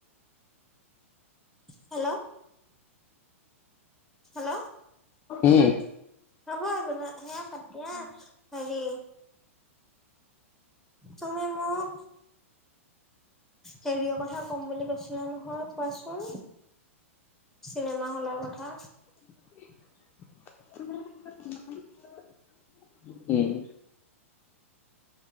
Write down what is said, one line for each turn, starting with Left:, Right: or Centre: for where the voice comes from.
Centre: হেল্ল হেল্ল
Left: উম
Centre: নহয় মানে হেয়া পাতিয়া হেৰি তুমি মোক হেৰিয় কথা ক'ম বুলি কৈছিলা নহয় কোৱাচোন? চিনেমা হলৰ কথা।
Left: <unintelligible> উম